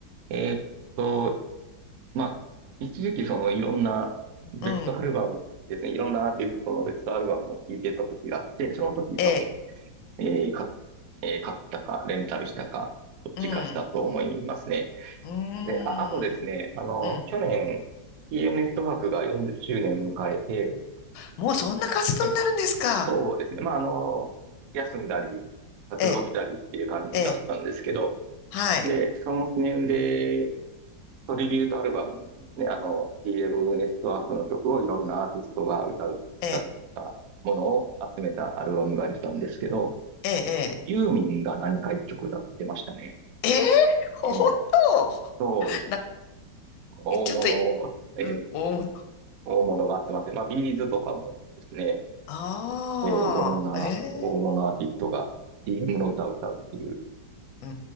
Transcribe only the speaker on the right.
え。えーっと、まあ、一時期そのいろんなベストアルバムですね。
いろんなアーティストのベストアルバムを聴いてた時があって、その時多分
えーか、えー買ったか、レンタルしたか、どっちかしたと思いますね。
で、あ、あとですね、あの、
去年、TM ネットワークが40周年迎えて、
え、そうですね、まあ、あの、休んだり、活動したりっていう感じだったんですけど、
で、その記念で、トリビュートアルバムですね、あの、TM ネットワークの曲をいろんなアーティストが歌う、
歌ったものを集めたアルバムができたんですけど、
ユーミンが何か一曲歌ってましたね。
ええ、そうです。
大物、
ええ、
大物が集まって、まあ、ビーズとかもですね、え
え、いろんな大物アーティストが
d m の歌を歌うっていう